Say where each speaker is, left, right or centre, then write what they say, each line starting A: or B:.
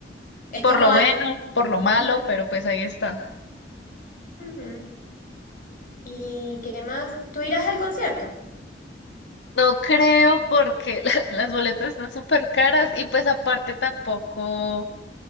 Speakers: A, on the left; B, on the left.
A: Es
B: Por
A: como
B: lo
A: iPhone.
B: bueno, por
A: <laughs>
B: lo malo, pero pues ahí está.
A: Ujú. ¿Y qué más? ¿Tú irás al concierto?
B: No creo porque <laughs> la- las boletas están súper caras y pues aparte tampoco,